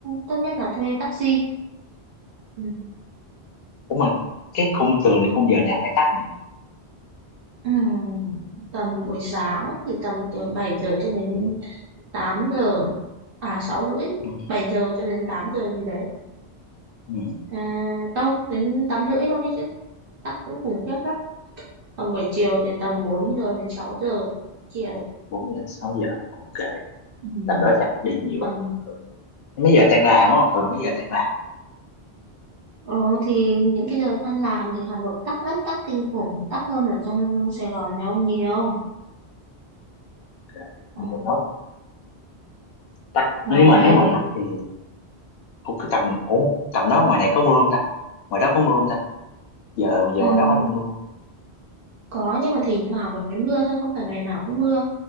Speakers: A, on the right (about 60°); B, on the left (about 70°).
A: tốt nhất là thuê taxi Ừ.
B: ủa mà cái khung tường thì khung giờ nào hay tắt nhỉ
A: Ừm, tầm buổi sáng thì tầm từ 7 giờ cho đến tám giờ à sáu rưỡi
B: ừ
A: 7 giờ cho đến 8 giờ gì đấy
B: ừ
A: à, đâu đến 8 rưỡi luôn đi chứ tắc cũng khủng khiếp lắm còn buổi chiều thì tầm 4 giờ đến 6 giờ chiều
B: bốn giờ đến sáu giờ ok
A: Ừm.
B: tầm đó chắc đi nhiều
A: còn
B: à mấy giờ tan làm á thường là mấy giờ tan làm
A: ờ, thì những cái giờ tan làm thì Hà Nội tắc lắm tắc kinh khủng tắc hơn ở trong Sài Gòn này ông nhiều
B: ok để
A: à,
B: nốt tắt
A: ngoài
B: nhưng mà
A: này
B: nếu mà tắt thì ủa cái tầm ủa tầm đó ngoài này có mưa không ta ngoài đó có mưa không ta giờ giờ
A: ừm,
B: ngoài đó có đang mưa không
A: có nhưng mà thỉnh thoảng mới mưa thôi không phải ngày nào cũng mưa